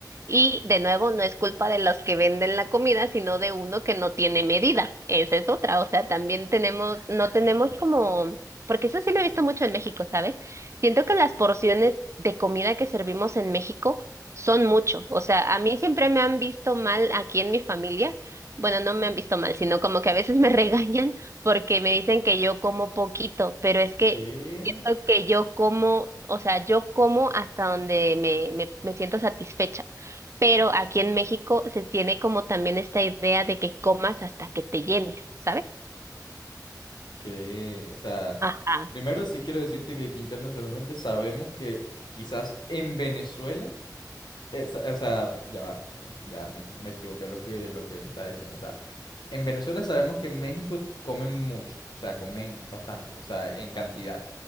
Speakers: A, on the right; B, on the left.
A: Y de nuevo, no es culpa de los que venden la comida, sino de uno que no tiene medida. Esa es otra. O sea, también tenemos, no tenemos como, porque eso sí lo he visto mucho en México, ¿sabes? Siento que las porciones de comida que servimos en México son mucho. O sea, a mí siempre me han visto mal aquí en mi familia bueno, no me han visto mal, sino como que a veces me <laughs> regañan porque me dicen que yo como poquito, pero es que
B: qué
A: siento que yo como, o sea, yo como hasta donde me, me, me siento satisfecha. Pero aquí en México se tiene como también esta idea de que comas hasta que te llenes, ¿sabes?
B: qué o sea,
A: Ajá.
B: primero sí quiero decirte que aquí internacionalmente sabemos que quizás en Venezuela, eh, sa- o sea, ya va, ya me, equi- me equivoqué lo que, lo que te estaba diciendo, o sea, en Venezuela sabemos que en México comen mucho, o sea, comen bastante, o sea, en cantidad.